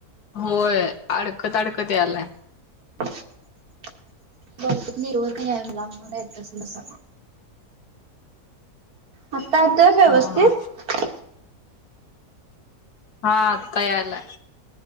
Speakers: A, on the left; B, on the right.
A: होय अडकत अडकत यालाय
B: <unintelligible> बहुतेक नेट्वरक नाहीये मला म्हणून येत असल तस आता येतोय व्यवस्थित
A: हा हा हा आता यायलाय